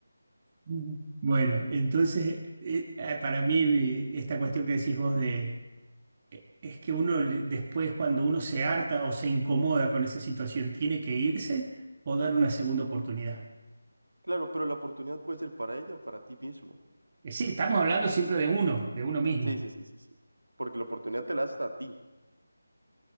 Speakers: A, on the right; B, on the right.
A: Ujú. Bueno, entonces, eh, eh, para mí eh, esta cuestión que decís vos de, eh, es que uno le- después cuando uno se harta o se incomoda con esa situación, tiene que irse o dar una segunda oportunidad.
B: Claro, pero la oportunidad puede ser para ella o para ti mismo.
A: Eh, sí, estamos hablando siempre de uno, de uno mismo.
B: Sí, sí, sí, sí, sí, porque la oportunidad te la das a ti.